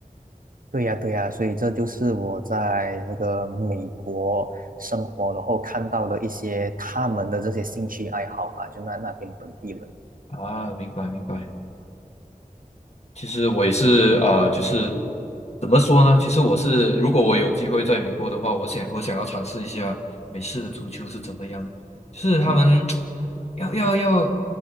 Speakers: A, on the right (about 75°); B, on the left (about 50°).
A: 对呀，对呀，所以这就是我在这个美国生活，然后看到的一些他们的这些兴趣爱好吧，就那那边本地人。
B: 啊，明白明白。其实我也是呃，就是怎么说呢？其实我是如果我有机会在美国的话，我想我想要尝试一下美式的足球是怎么样的，就是他们
A: 嗯，
B: 要要要